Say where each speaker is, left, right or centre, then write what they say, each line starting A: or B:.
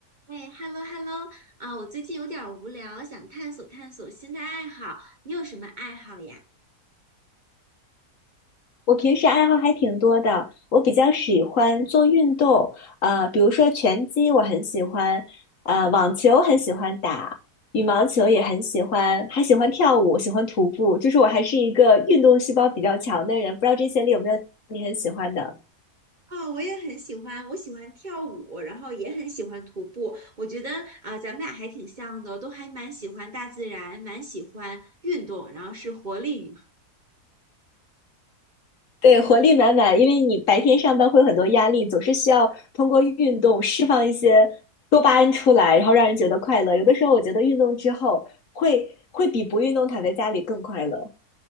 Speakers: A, on the right; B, on the left.
A: 哎，hello hello，啊，我最近有点儿无聊，想探索探索新的爱好。你有什么爱好呀？
B: 我平时爱好还挺多的，我比较喜欢做运动，呃，比如说拳击我很喜欢，呃，网球很喜欢打，羽毛球也很喜欢，还喜欢跳舞，喜欢徒步，就是我还是一个运动细胞比较强的人，不知道这些里有没有你很喜欢的？
A: 哦，我也很喜欢，我喜欢跳舞，然后也很喜欢徒步。我觉得啊，咱们俩还挺像的，都还蛮喜欢大自然，蛮喜欢运动，然后是活力
B: 对，活力满满，因为你白天上班会有很多压力，总是需要通过运动释放一些多巴胺出来，然后让人觉得快乐。有的时候我觉得运动之后会会比不运动躺在家里更快乐。